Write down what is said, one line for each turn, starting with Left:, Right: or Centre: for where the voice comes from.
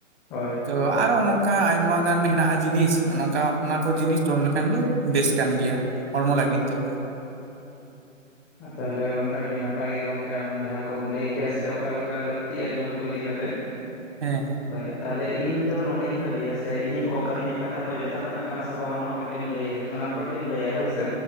Centre: ᱦᱳᱭ᱾
Right: ᱛᱚ ᱟᱨᱚ ᱱᱚᱝᱠᱟ ᱟᱭᱢᱟ ᱜᱟᱱ ᱦᱮᱱᱟᱜ-ᱟ ᱡᱤᱱᱤᱥ ᱱᱚᱝᱠᱟ ᱚᱱᱟ ᱠᱚ ᱡᱤᱱᱤᱥ ᱡᱚᱢ ᱞᱮᱠᱷᱟᱱ ᱜᱮ ᱵᱮᱥ ᱠᱟᱱ ᱜᱮᱭᱟ ᱦᱚᱲᱢᱚ ᱞᱟᱹᱜᱤᱫ ᱫᱚ᱾
Centre: ᱛᱟᱦᱚᱞᱮ ᱜᱚᱝᱠᱮ ᱟᱹᱰᱤ ᱱᱟᱯᱟᱭ ᱜᱮ ᱜᱚᱝᱠᱮ ᱟᱢ ᱡᱟᱦᱟᱸ ᱠᱚᱢ ᱞᱟᱹᱭ ᱠᱮᱭᱟ ᱥᱮ ᱚᱠᱟ ᱞᱮᱠᱟ ᱞᱟᱠᱛᱤᱭᱟ ᱡᱚᱢ ᱠᱚ ᱤᱫᱤ ᱠᱟᱛᱮ
Right: ᱦᱮᱸ
Centre: ᱦᱳᱭ ᱛᱟᱦᱚᱞᱮ ᱤᱧ ᱫᱚ ᱱᱚᱝᱠᱟᱧ ᱵᱷᱟᱹᱵᱤᱭᱟ ᱥᱮ ᱤᱧᱟᱹᱜ ᱠᱚ ᱤᱧᱟᱹᱜ ᱠᱟᱛᱷᱟ ᱠᱚ ᱡᱚᱛᱷᱟᱛᱱᱟᱜ ᱠᱟᱱᱟ ᱥᱮ ᱵᱟᱝ ᱚᱱᱟ ᱦᱚᱸ ᱠᱟᱹᱴᱤᱡ ᱮᱢ ᱞᱟᱹᱭᱟ ᱚᱱᱟ ᱦᱚᱸ ᱠᱟᱹᱴᱤᱡ ᱮᱢ ᱞᱟᱹᱭᱟ ᱦᱳᱭ ᱥᱮ᱾